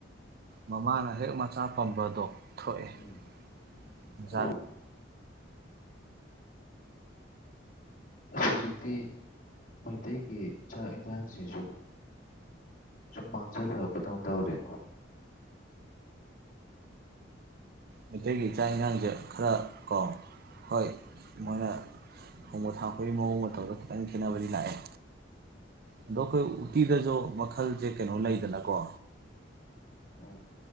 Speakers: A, on the right (about 55°); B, on the left (about 45°).
A: ꯃꯃꯥꯅ ꯍꯦꯛ ꯃꯥ ꯑꯆꯥ ꯄꯝꯕꯗꯣ ꯊꯣꯛꯑꯦꯟꯖꯥꯡ
B: ꯎꯝ ꯑꯁ ꯑꯁ ꯍꯧꯖꯤꯛꯇꯤ ꯃꯩꯇꯩꯒꯤ ꯆꯥꯛ ꯌꯦꯟꯁꯥꯡꯁꯤꯁꯨ ꯁꯨꯝ ꯃꯥꯡꯁꯤꯜꯂꯛꯄꯗꯧ ꯇꯧꯔꯤꯅ
A: ꯃꯩꯇꯩꯒꯤ ꯏꯥꯛ ꯏꯟꯁꯥꯡꯁꯦ ꯈꯔ ꯀꯣ ꯍꯣꯏ ꯃꯣꯏꯅ ꯊꯣꯡꯕ ꯊꯥꯛꯄꯒꯤ ꯃꯑꯣꯡ ꯃꯇꯧꯗ ꯈꯤꯇꯪ ꯈꯦꯠꯅꯕꯗꯤ ꯂꯥꯛꯑꯦ ꯑꯗꯣ ꯑꯩꯈꯣꯏ ꯎꯇꯤꯗꯁꯨ ꯃꯈꯜꯁꯦ ꯀꯩꯅꯣ ꯂꯩꯗꯅꯀꯣ
B: ꯑ